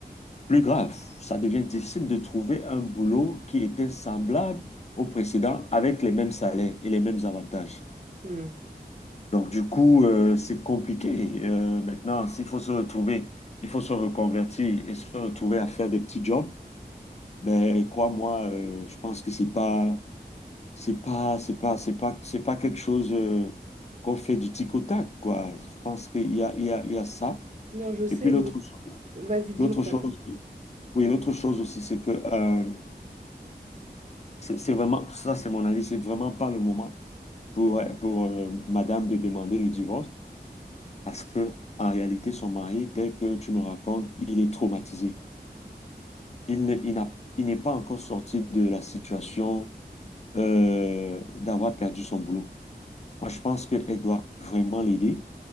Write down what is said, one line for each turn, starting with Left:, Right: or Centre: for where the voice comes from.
Left: Plus grave, ça devient difficile de trouver un boulot qui était semblable au précédent avec les mêmes salaires et les mêmes avantages.
Right: Hmm.
Left: Donc du coup, euh, c'est compliqué. Euh, maintenant, s'il faut se retrouver, il faut se reconvertir et se retrouver à faire des petits jobs. Ben crois-moi, euh, je pense que c'est pas, c'est pas, c'est pas, c'est pas, c'est pas quelque chose euh, qu'on fait du tic au tac, quoi. Je pense qu'il y a, il y a, il y a ça.
Right: Non, je sais,
Left: Et puis l'autre,
Right: mais
Left: cho-
Right: vas-y, dis-moi,
Left: l'autre chose,
Right: Patrick.
Left: oui, l'autre chose aussi, c'est que euh, C'est c'est vraiment, ça c'est mon avis, c'est vraiment pas le moment pour, euh, pour euh, madame de demander le divorce parce que en réalité, son mari, tel que tu me racontes, il est traumatisé. Il ne, il n'a, il n'est pas encore sorti de la situation euh, d'avoir perdu son boulot. Moi, je pense qu'elle doit vraiment l'aider